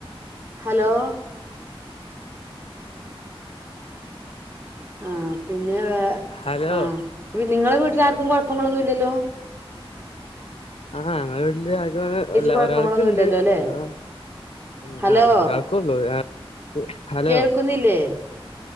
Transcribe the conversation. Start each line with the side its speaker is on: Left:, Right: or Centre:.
Right: ഹലോ ആ പിന്നെ വാ
Left: ഹലോ
Right: ആ ഇനിനിങ്ങളെ വീ ട്ട്ലാർക്കും കൊഴപ്പങ്ങളൊന്നുല്ലല്ലോ
Left: ആഹ ങ്ങളെ വീട്ടില് <unintelligible>
Right: കുഴപ്പങ്ങളൊന്നും
Left: ഒരാൾക്ക്ണ്ട്
Right: ഇല്ലല്ലോ അല്ലെ
Left: കാണാ അ
Right: ഹലോ
Left: ആ ഒരാൾക്കുണ്ട് <unintelligible> ഹലോ
Right: കേൾക്കുന്നില്ലേ